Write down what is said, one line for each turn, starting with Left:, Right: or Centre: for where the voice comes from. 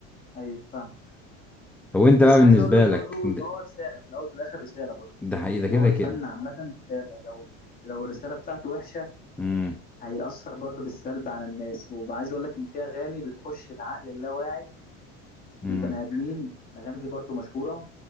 Left: ايوه فاهم
Centre: طب وأنت
Left: بس
Centre: بقى بالنسبة
Left: عايز اقول لك برضو
Centre: لك أنت
Left: ان هو رساله في الاول وفي الاخر رساله برضو
Centre: ده حقيقي
Left: يعني
Centre: ده كده
Left: هو الفن
Centre: كده
Left: عامه رساله لو لو الرساله بتاعته وحشه
Centre: امم
Left: هيأثر برضو بالسلب على الناس وعايز اقول لك ان في اغاني بتخش العقل اللاواعي للبني
Centre: امم.
Left: ادمين الاغاني دي برضو مشهوره